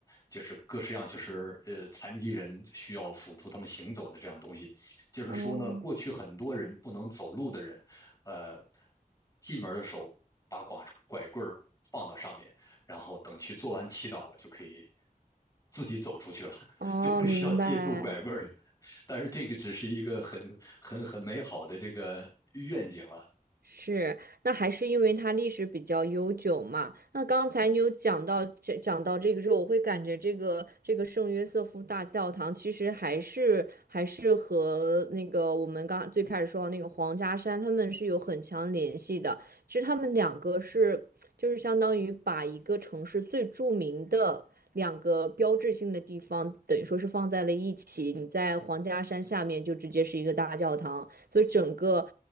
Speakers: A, on the left; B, on the right.
A: 就是各式样，就是呃，残疾人需要辅助他们行走的这样东西，就是说呢，
B: 哦
A: 过去很多人不能走路的人，呃，进门的时候把拐拐棍儿放到上面，然后等去做完祈祷了，就可以自己走出去了，<laughs>
B: 哦，
A: 就不需要借助拐棍儿了。
B: 明白。
A: 但是这个只是一个很很很美好的这个愿景了，
B: 是，那还是因为它历史比较悠久嘛。那刚才你有讲到这，讲到这个时候，我会感觉这个这个圣约瑟夫大教堂其实还是还是和那个我们刚最开始说到那个皇家山，他们是有很强联系的。其实他们两个是就是相当于把一个城市最著名的。两个标志性的地方，等于说是放在了一起。你在皇家山下面就直接是一个大教堂，所以整个